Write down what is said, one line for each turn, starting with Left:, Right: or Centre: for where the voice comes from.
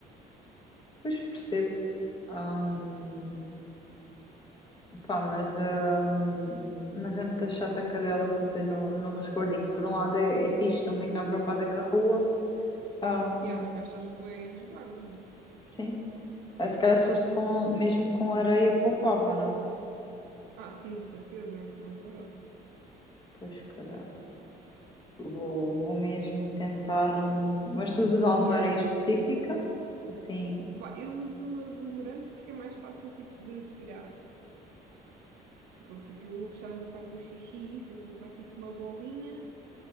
Left: Pois percebo. Ahm, pá, mas, ahm, mas é muito chata a cadela fazer no, no resguardinho. Por um lado é, é fixe, não tem que estar preocupada com a rua. Ahm,
Right: Yeah, mas gastas bué em resguardos, não?
Left: sim. Ah, Se calhar se fosse com, mesmo com areia, poupava, não?
Right: Ah, sim, de certeza, é muito mais barato.
Left: Pois, se calhar. Vou, vou mesmo tentar. ahm, mas tu usas alguma
Right: Yeah.
Left: areia específica? Assim.
Right: Opa, eu uso aglomerante porque é mais fácil tipo de tirar. Porque aquilo, especialmente a parte do xixi, isso, aquilo faz tipo uma bolinha